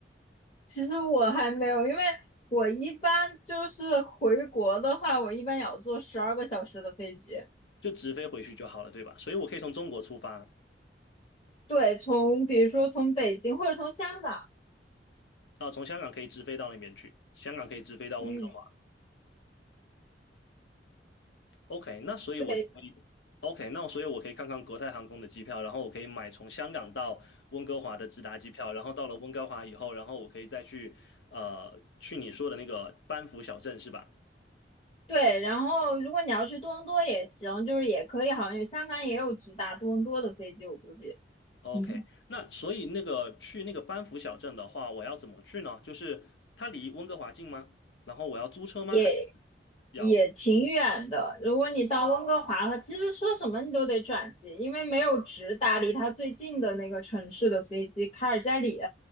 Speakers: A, on the left (about 35°); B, on the left (about 75°).
A: 其实我还没有，因为我一般就是回国的话，我一般也要坐十二个小时的飞机。
B: 就直飞回去就好了，对吧？所以我可以从中国出发
A: 对，从比如说从北京或者从香港，
B: 啊，从香港可以直飞到那边去，香港可以直飞到温哥华。
A: 嗯，
B: OK，那所以我就可以，OK，
A: 对，
B: 那所以我可以看看国泰航空的机票，然后我可以买从香港到温哥华的直达机票，然后到了温哥华以后，然后我可以再去呃去你说的那个班夫小镇是吧
A: 对。然后如果你要去多伦多也行，就是也可以，好像有香港也有直达多伦多的飞机，我估计。
B: ？OK，
A: 嗯，
B: 那所以那个去那个班夫小镇的话，我要怎么去呢？就是它离温哥华近吗？然后我要租车吗？
A: 也
B: 还要？
A: 也挺远的。如果你到温哥华的话，其实说什么你都得转机，因为没有直达离它最近的那个城市的飞机，卡尔加里。